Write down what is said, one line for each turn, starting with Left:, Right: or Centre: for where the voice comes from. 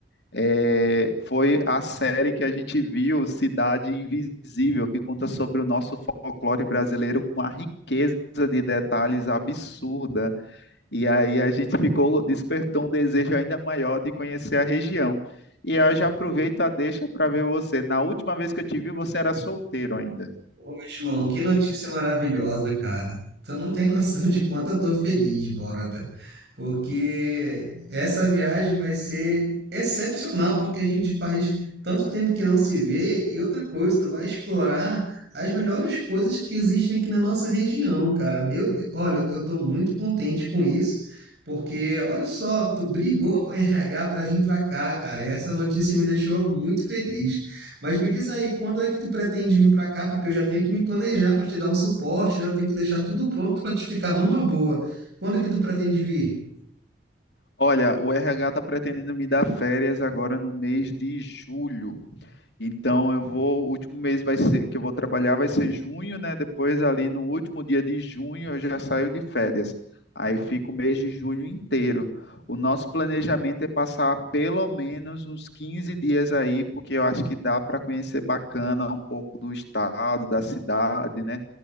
Left: é, foi a série que a gente viu, Cidade Invisível, que conta sobre o nosso folclore brasileiro com uma riqueza de detalhes absurda. E aí a gente ficou, despertou um desejo ainda maior de conhecer a região. E eu já aproveito a deixa para ver você. Na última vez que eu te vi, você era solteiro ainda.
Right: Ô, João, que notícia maravilhosa, cara. Tu não tem noção de quanto eu tô feliz, Borda, porque essa viagem vai ser excepcional, porque a gente faz tanto tempo que não se vê, e outra coisa, tu vai explorar as melhores coisas que existem aqui na nossa região, cara. Meu Deus, olha, eu tô muito contente com isso, porque olha só, tu brigou com o RH pra vir pra cá, cara, e essa notícia me deixou muito feliz. Mas me diz aí, quando é que tu pretende vir para cá? Porque eu já tenho que me planejar para te dar um suporte, né? Eu tenho que deixar tudo pronto para te ficar numa boa. Quando que tu pretende vir?
Left: Olha, o RH está pretendendo me dar férias agora no mês de julho. Então eu vou, o último mês vai ser que eu vou trabalhar vai ser junho, né? Depois ali no último dia de junho eu já saio de férias. Aí fica o mês de julho inteiro. O nosso planejamento é passar pelo menos uns 15 dias aí, porque eu acho que dá para conhecer bacana um pouco do estado, da cidade, né?